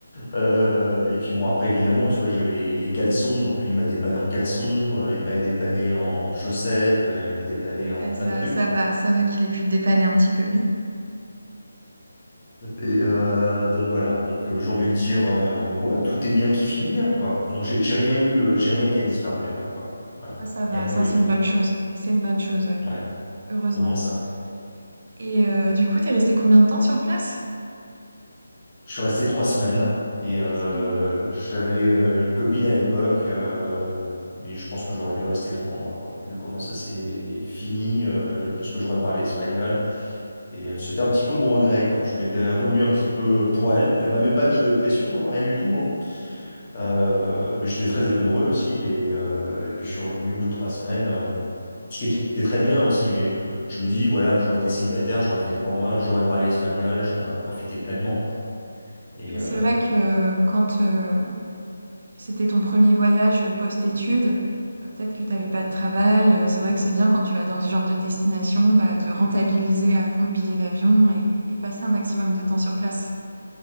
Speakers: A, on the left (about 35°); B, on the right (about 55°).
A: Euh, et puis bon, après, évidemment, tu vois, il y avait les, les caleçons. Donc lui, il m'a dépanné en caleçon, euh, il m'a dépanné en chaussettes, euh, il m'a dépanné en
B: Ouais,
A: plein
B: ça,
A: de trucs,
B: ça
A: quoi.
B: va, ça va qu'il ait pu te dépanner un petit peu, oui.
A: Et euh, donc voilà, donc euh, j'ai envie de dire, euh, ouais, tout est bien qui
B: Et
A: finit bien, quoi. Donc j'ai j'ai rien eu, euh, j'ai rien qui a disparu là-bas, quoi. Voilà,
B: ça, ça va,
A: rien de volé
B: ça c'est
A: finalement.
B: une bonne chose. C'est une bonne chose, oui.
A: Ouais,
B: Heureusement.
A: au moins ça.
B: Et euh, du coup, t'es resté combien de temps sur place?
A: Je suis resté trois semaines et euh,
B: Trois semaines.
A: j'avais euh, une copine à l'époque, euh, mais je pense que j'aurais dû rester trois mois, quoi, vu comment ça s'est fini, euh, parce que j'aurais parlé espagnol. Et euh, c'était un petit peu mon regret, quoi. Je m'étais revenu un petit peu pour elle. Elle m'avait pas mis de pression, hein, rien du tout. Hein. Euh, mais j'étais très amoureux aussi, et, euh, et puis je suis revenu au bout de trois semaines, euh, ce qui était très bien aussi, mais je me dis, voilà, j'aurais été célibataire, j'aurais fait trois mois, j'aurais parlé espagnol, j'en aurais profité pleinement, quoi. Et,
B: C'est
A: euh,
B: vrai que quand, euh, C'était ton premier voyage euh, post-études. Euh, peut-être que tu n'avais pas de travail. Euh, c'est vrai que c'est bien quand tu vas dans ce genre de destination, bah, de rentabiliser à fond le billet d'avion et, et passer un maximum de temps sur place.